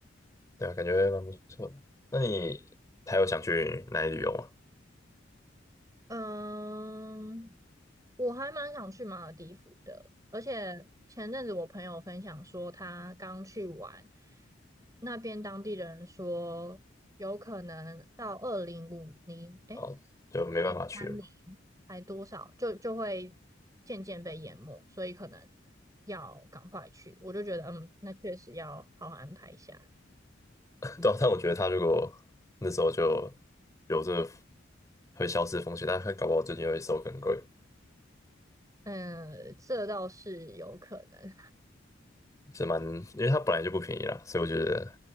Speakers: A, on the left; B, on the right.
A: 对啊，感觉蛮不错的。那你还有想去哪里旅游吗？
B: 嗯，我还蛮想去马尔地夫的，而且前阵子我朋友分享说，他刚去玩，那边当地人说，有可能到二零五零，诶，
A: 哦，就没办法去了嘛。
B: 三零还多少，就就会渐渐被淹没，所以可能要赶快去。我就觉得，嗯，那确实要好好安排一下。
A: <laughs> 对啊但我觉得他如果那时候就有这会消失的风险，但他搞不好最近会收更贵，
B: 嗯，这倒是有可能。
A: 是蛮，因为它本来就不便宜啦，所以我觉得